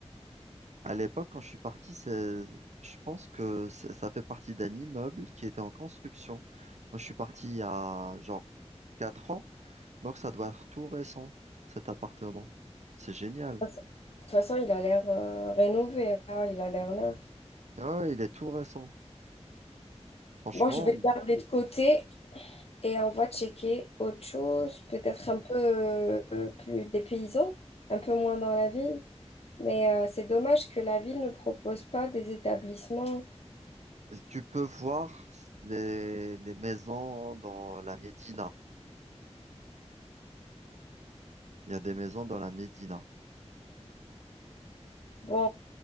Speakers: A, on the right (about 80°); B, on the left (about 60°).
A: À l'époque, quand je suis parti, c'est, je pense que c'est- ça fait partie d'un immeuble qui était en construction. Moi, je suis parti il y a genre 4 ans. Donc ça doit être tout récent, cet appartement. C'est génial.
B: de toute façon, de toute façon, il a l'air euh, rénové. hein, Il a l'air neuf.
A: Ah Ouais, il est tout récent. Franchement,
B: Bon, je vais le garder de côté. Et on va checker autre chose, peut-être un peu euh, euh, plus des paysans, un peu moins dans la ville. Mais euh, c'est dommage que la ville ne propose pas des établissements.
A: tu peux voir les, les maisons dans la Médina. Il y a des maisons dans la Médina.
B: Bon,